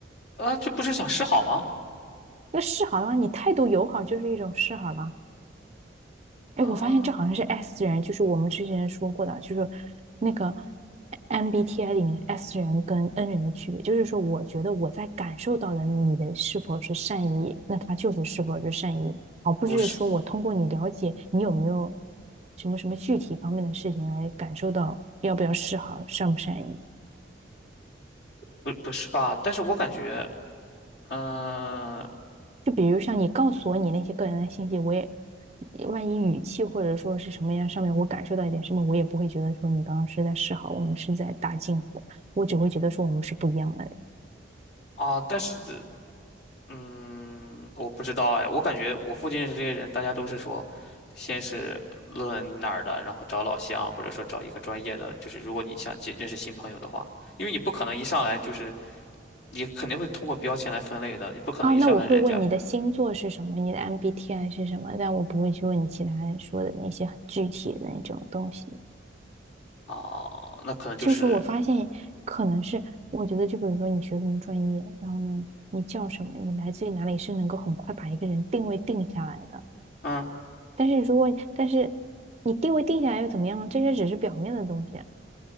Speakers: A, on the left; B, on the right.
A: 啊，这不是想示好吗？
B: 那示好了，你态度友好就是一种示好了。哎，
A: 啊，
B: 我发现这好像是 S 人，就是我们之前说过的，就是那个 MBTI 里面 S 人跟 N 人的区别，就是说，我觉得我在感受到的你的是否是善意，那他就是是否是善意，而不是说我通过你了解你有没有
A: 不是，
B: 什么什么具体方面的事情来感受到要不要示好，善不善意。
A: 不不是吧？但是我感觉，嗯、
B: 就比如像你告诉我你那些个人的信息，我也万一语气或者说是什么样上面我感受到一点什么，我也不会觉得说你刚刚是在示好，我们是在搭近乎，我只会觉得说我们是不一样的人。
A: 啊，但是。嗯，我不知道哎，我感觉我附近认识这些人，大家都是说，先是论哪儿的，然后找老乡，或者说找一个专业的，就是如果你想结认识新朋友的话，因为你不可能一上来就是，你肯定会通过标签来分类的，你不可能一上来人家
B: 哦，那我会问你的星座是什么，你的 MBTI 是什么，但我不会去问你其他人说的那些很具体的那种东西。
A: 哦，那可能就是，
B: 就是我发现可能是，我觉得就比如说你学什么专业，然后呢，你叫什么，你来自于哪里，是能够很快把一个人定位定下来的。
A: 嗯
B: 但是如果但是你定位定下来又怎么样呢？这些只是表面的东西啊